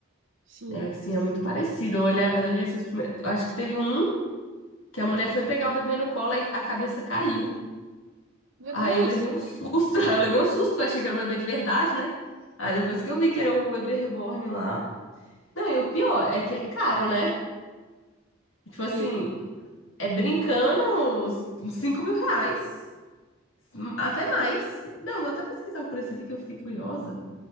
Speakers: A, on the right (about 70°); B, on the left (about 75°).
A: Sim.
B: É assim, é muito parecido. Olha, olha esses primeiros... eu Acho que teve um que a mulher foi pegar o bebê no colo e a cabeça caiu.
A: Meu
B: Aí
A: Deus.
B: eu levei um susto, <laughs> aí eu levei um susto, porque eu achei que era o bebê de verdade, né? Aí depois que eu vi que era o bebê reborn lá. Não, e o pior é que é caro, né? Tipo assim,
A: Sim.
B: é brincando uns 5 mil reais. Até mais. Não, vou até pesquisar o preço aqui que eu fiquei curiosa.